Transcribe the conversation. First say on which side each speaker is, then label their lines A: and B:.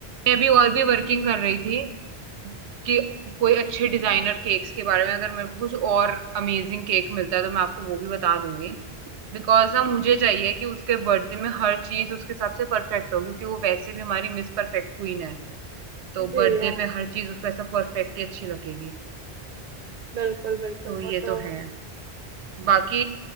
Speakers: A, on the right; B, on the right.
A: मैं अभी और भी वर्किंग कर रही थी कि कोई अच्छे डिजाइनर केक्स के बारे में अगर मेरे को कुछ और अमेजिंग केक मिलता है तो मैं आपको वो भी बता दूंगी बिकॉज ना मुझे चाहिए कि उसके बर्थडे में हर चीज उसके हिसाब से परफेक्ट हो क्योंकि वो वैसे भी हमारी मिस परफेक्ट क्वीन है तो
B: जी
A: बर्थडे
B: हाँ
A: पे हर चीज उसको ऐसा परफेक्टली अच्छी लगेगी
B: बिल्कुल बिल्कुल
A: तो ये
B: वो तो
A: तो है बाकी